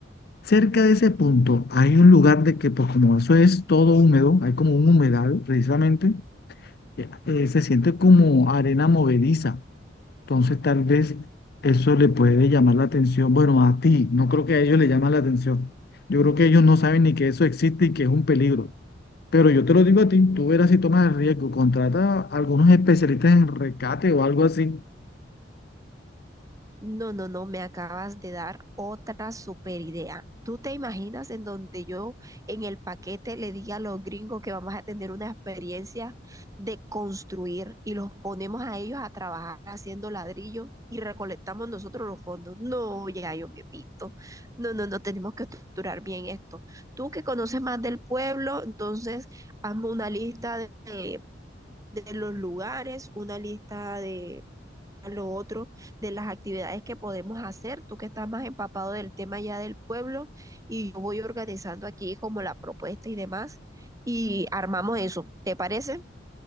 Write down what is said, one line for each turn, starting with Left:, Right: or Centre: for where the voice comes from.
Left: cerca de ese punto hay un lugar de que, pues como eso es todo húmedo, hay como un humedal precisamente, eh, eh, se siente como arena movediza. Entonces, tal vez eso le puede llamar la atención. Bueno, a ti, no creo que a ellos le llama la atención. Yo creo que ellos no saben ni que eso existe y que es un peligro. Pero yo te lo digo a ti, tú verás si tomas el riesgo, contrata a algunos especialistas en rescate o algo así
Right: No, no, no, me acabas de dar otra super idea. ¿Tú te imaginas en donde yo en el paquete le diga a los gringos que vamos a tener una experiencia de construir y los ponemos a ellos a trabajar haciendo ladrillo y recolectamos nosotros los fondos? No, ya yo me pinto. No, no, no, tenemos que estructurar bien esto. Tú que conoces más del pueblo, entonces hazme una lista de, de los lugares, una lista de lo otro, de las actividades que podemos hacer. Tú que estás más empapado del tema ya del pueblo y yo voy organizando aquí como la propuesta y demás y armamos eso. ¿Te parece?